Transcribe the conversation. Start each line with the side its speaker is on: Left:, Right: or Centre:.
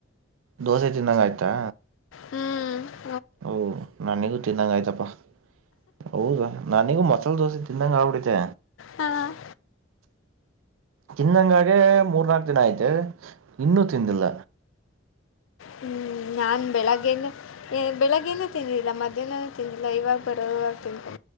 Right: ದೋಸೆ ತಿನ್ನಂಗ ಆಯ್ತಾ
Left: ಹ್ಮಞ
Right: ಓ ನಾನಿಗೂ ತಿನ್ನಂಗ ಆಯ್ತಪ್ಪಾ ಹೌದಾ ನಾನಿಗೂ ಮೊಸಾಲೆ ದೋಸೆ ತನ್ನಂಗ ಆಗ್ಬಿಡತೆೆ
Left: ಹಾಂ
Right: ತಿನ್ನಂಗಾಗೆ ಮೂರ್ನಾಾಲ್ಕು ದಿನ ಆಯ್ತೆ ಇನ್ನೂ ತಿಂದಿಲ್ಲ
Left: ಹ್ಮ್ ನಾನ್ ಬೆಳಗ್ಗೆಗೆ ಬೆಳಿಗ್ಗೆನು ತಿಂದಿಲ್ಲ ಮಧ್ಯಾಹ್ನ ತಿಂದಿಲ್ಲ ಇವಾಗ ಬರೋ ಇವಾಗ ತಿಿಂದಕೊ